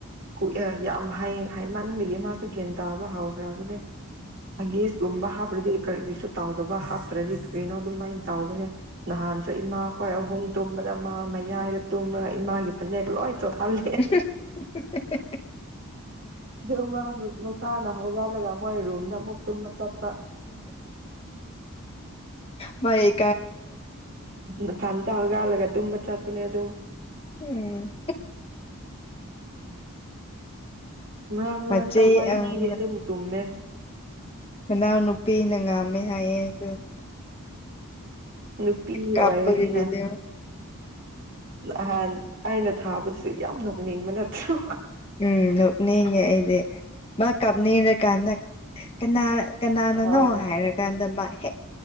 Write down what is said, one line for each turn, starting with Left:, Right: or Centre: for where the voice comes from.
Right: ꯀ ꯌꯥꯝ ꯍꯌꯦꯡ ꯃꯟꯕꯒꯤ ꯃꯥꯁꯨ ꯒ꯭ꯌꯥꯟ ꯇꯥꯕ ꯍꯥꯎꯋꯦ ꯕꯅꯦ ꯍꯪꯒꯦꯁꯒꯨꯝꯕ ꯍꯥꯞꯄ꯭ꯔꯗꯤ ꯀꯔꯤ ꯇꯥꯎꯗꯕ ꯍꯥꯞꯇ꯭ꯔꯗꯤ ꯀꯩꯅꯣ ꯑꯗꯨꯃꯥꯏꯅ ꯇꯥꯎꯕꯅꯦ ꯅꯍꯥꯟꯁꯨ ꯏꯃꯥ ꯍꯣꯏ ꯑꯍꯨꯝ ꯇꯨꯝꯕꯗ ꯏꯃꯥ ꯃꯌꯥꯏꯗ ꯇꯨꯝꯂꯒ ꯏꯃꯥꯒꯤ ꯐꯅꯦꯛ ꯂꯣꯏ ꯆꯣꯊꯥꯜꯂꯤ
Left: <inaudible>
Right: ꯑꯗꯨ ꯃꯁꯥꯅ ꯍꯧꯒꯠꯂꯒ ꯃꯣꯏ ꯔꯨꯝꯗ ꯑꯃꯨꯛ ꯇꯨꯝꯕ ꯆꯠꯄ <inaudible>
Left: ꯃꯥꯑꯥꯏ
Right: ꯎ ꯊꯟꯊꯒꯥꯜꯂꯒ ꯇꯨꯝꯕ ꯆꯠꯄꯅꯦ ꯑꯗꯨꯝ
Left: ꯎꯝ
Right: ꯃꯔꯛ ꯃꯔꯛꯇ
Left: ꯃꯆꯦ
Right: ꯍꯣꯏ ꯑꯅꯤꯗꯤ
Left: ꯑ
Right: ꯑꯗꯨꯝ ꯇꯨꯝꯃꯦ
Left: ꯅꯅꯥ ꯅꯨꯄꯤꯤ ꯅꯪ ꯑꯃꯦ ꯌꯥꯗ
Right: ꯅꯨꯄꯤ
Left: ꯀꯥꯄꯔꯕꯗꯤ
Right: ꯑꯣꯏꯕꯅꯤꯅ ꯅꯍꯥꯟ ꯑꯩꯅ ꯊꯥꯕꯗꯨꯁꯨ ꯌꯥꯝ ꯅꯣꯛꯅꯤꯡꯕ ꯅꯠꯇ꯭ꯔꯣ
Left: ꯎꯝ ꯂꯣꯛꯅꯤꯡꯉꯦ ꯑꯩꯗꯤꯦ ꯃꯥ ꯀꯥꯞꯅꯤꯡꯔꯀꯥꯟꯗ ꯀꯅꯥ ꯀꯅꯥꯅꯅꯣ
Right: ꯑꯥ
Left: ꯍꯥꯏꯔꯀꯥꯟꯗ ꯃꯥ ꯍꯦꯛ